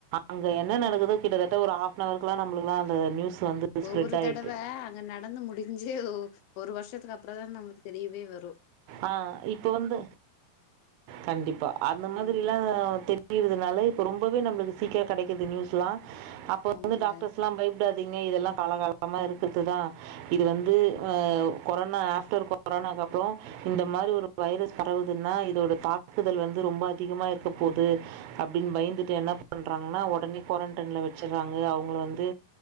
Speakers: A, on the right; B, on the left.
A: அங்க என்ன நடக்குதோ கிட்டத்தட்ட ஒரு ஆப் நவருக்கலாம் நம்மளுக்குலாம் அந்த நியூஸ் வந்து ஸ்ப்ரெட்
B: ஒவ்வொரு
A: ஆகிடுது
B: தடவை அங்க நடந்து முடிஞ்சு ஒரு வருஷத் அதுக்கு அப்புறம் தான் நம்மளுக்கு தெரியவே வரும்
A: ஆஹ் இப்ப வந்து கண்டிப்பா அந்த மாதிரில்லாம்
B: ம்
A: தெரி யிறதுனால இப்ப ரொம்பவே நம்மளுக்கு சீக்கிரோ கெடைக்குது நியூஸ்லா அப்ப
B: ஆமாங்க
A: வந்து டாக்டர்ஸ்லா பயப்படாது இதெல்லாம் காலகலமா இருக்கிறது தான் இது வந்து கொரோனா ஆப்டர் கொரோனாக்கு அப்பறம் இந்த மாரி ஒரு வைரஸ் பரவுதுன்னா இதோட தாக்குதல் வந்து ரொம்ப அதிகமாக இருக்க போகுது அப்டின்னு பயந்துட்டு என்ன பண்ணுறாங்கன்னா உடனே குவாரன்டைனில் வச்சுடுறாங்க அவங்கள வந்து